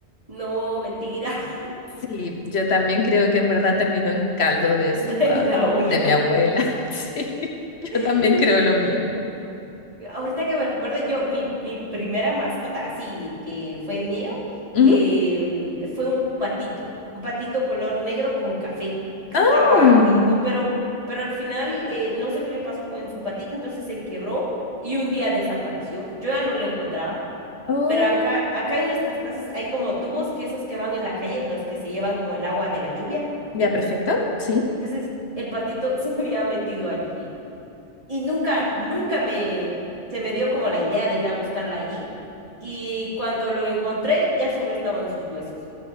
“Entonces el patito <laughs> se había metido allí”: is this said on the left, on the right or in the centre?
Right